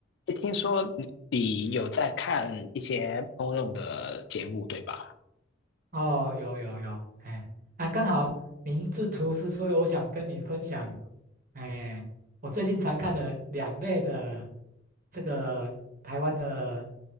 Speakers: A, on the left; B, on the right.
A: 诶听说你你有在看一些公用的节目，对吧？
B: 哦，有有有，哎，啊，刚好您是厨师，所以我想跟你分享，哎，我最近常看的两类的这个台湾的